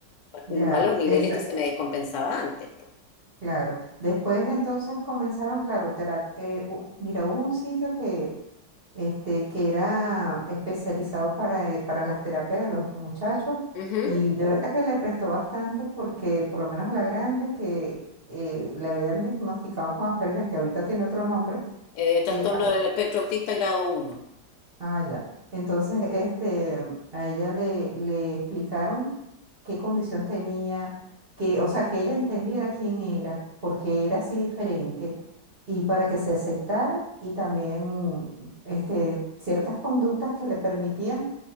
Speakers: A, on the right; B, on the left.
A: ya,
B: no a los niveles
A: esa,
B: que se me descompensaba antes. po.
A: claro. Después entonces comenzaron, claro, terap- eh, hu- mira, hubo un sitio que, este, que era especializado para, eh, para las terapias de los muchachos
B: Ujú.
A: y de verdad que le prestó bastante porque por lo menos a la grande que eh, le habían diagnosticado con Asperger, que ahorita tiene otro nombre,
B: Eh, trastorno
A: eh,
B: del espectro autista grado uno.
A: Ah, ya. Entonces, este, a ella le, le explicaron qué condición tenía, que, o sea, que ella entendiera quién era, por qué era así diferente, y para que se aceptara, y también, este, ciertas conductas que le permitían